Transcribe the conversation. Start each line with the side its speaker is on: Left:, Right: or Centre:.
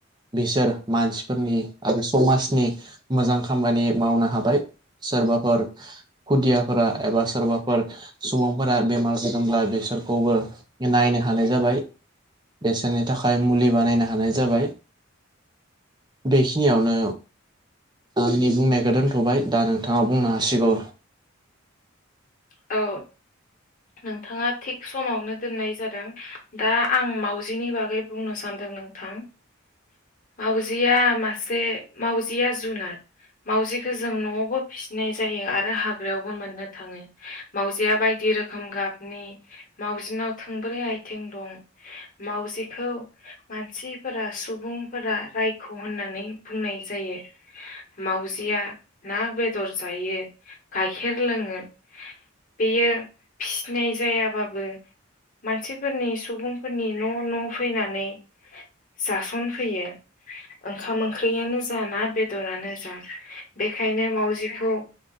Right: बिसोर मानसिफोरनि आरो समाजनि मोजां खामानि मावनो हाबाय सोरबाफोर खुदियाफोरा एबा सोरबाफोर सुबुंफोरा बेमार जादोंब्ला बेसोरखौबो नायनो हानाय जाबाय बेसोरनि थाखाय मुलि बानायनो हानाय जाबाय। बेखिनियावनो आंनि बुंनायखौ दोनथ'बाय दा नोंथाङा बुंनो हासिगौ
Left: औ नोंथाङा थिग समावनो दोननाय जादों दा आं मावाजिनि बागै बुंनो सान्दों नोंथां। मावजिया मासे मावजिया जुनाद मावजिखौ जों न'आवबो फिसिनाय जायो आरो हाग्रायावबो मोननो थाङो। मावजिया बायदि रोखोम गाबनि मावजिनाव थोंब्रै आथिं दं मावजिखौ मानसिफोरा सुबुंफोरा रायख' होननानै बुंनाय जायो। मावजिया ना बेदर जायो गाइखेर लोङो। बेयो फिसिनाय जायाबाबो मानसिफोरनि सुबुंफोरनि न' न' फैनानै जासनफैयो। ओंखाम ओंख्रियानो जा ना बेदरानो जा बेखायनो मावजिखौ